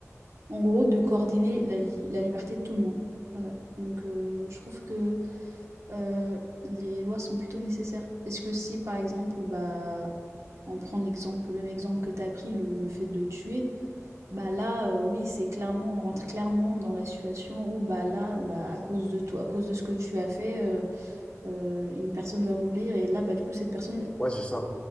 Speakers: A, on the right; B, on the left.
A: en gros, de coordonner la, li- la liberté de tout le monde. Voilà. Donc, euh, je trouve que euh, les lois sont plutôt nécessaires. Parce que si, par exemple, bah, on prend l'exemple, le même exemple que tu as pris, le, le fait de tuer, bah là, euh, oui, c'est clairement, on rentre clairement dans la situation où, bah là, bah, à cause de toi, à cause de ce que tu as fait, euh, euh, une personne va mourir. Et là, bah, du coup, cette personne,
B: Ouais, c'est ça.